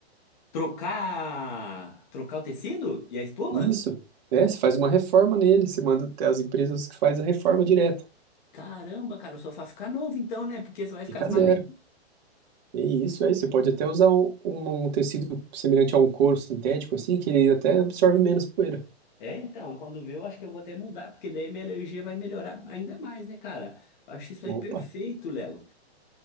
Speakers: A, on the left (about 45°); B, on the right (about 40°).
A: Trocar, trocar o tecido e a espuma?
B: Isso, né? Você faz uma reforma nele, você manda até as empresas que faz a reforma direta.
A: Caramba, cara, o sofá fica novo então, né? Porque você vai ficar
B: Fica
A: as madeiras.
B: zero. É isso aí, você pode até usar um, um um tecido semelhante a um couro sintético, assim, que ele até absorve menos poeira.
A: É, então, quando vê, eu acho que eu vou até mudar, porque daí minha alergia vai melhorar ainda mais, né, cara? Eu acho isso
B: Opa,
A: aí perfeito, Léo.